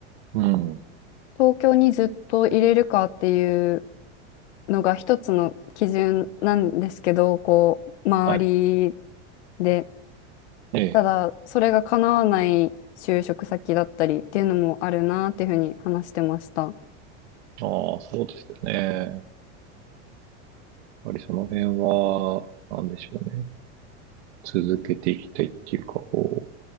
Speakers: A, on the right; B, on the left.
A: うん。
B: 東京にずっと入れるかっていうのが一つの基準なんですけど、こう、周り
A: はい。
B: で。
A: ええ。
B: ただ、それが叶わない就職先だったりっていうのもあるなっていうふうに話してました。
A: ああ、そうですよね。やっぱりその辺は、なんでしょうね。続けていきたいっていうか、こ